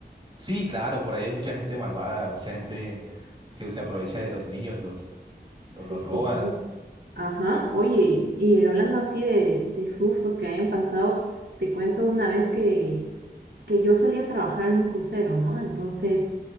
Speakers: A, on the right; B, on the right.
A: Sí, claro, por ahí hay mucha gente malvada, mucha gente que se aprovecha de los niños, los, los,
B: Sí,
A: los roba.
B: sí, sí. Ajá, oye, y, y hablando así de, de sustos que hayan pasado, te cuento de una vez que, que yo solía trabajar en un crucero, ¿no? Entonces,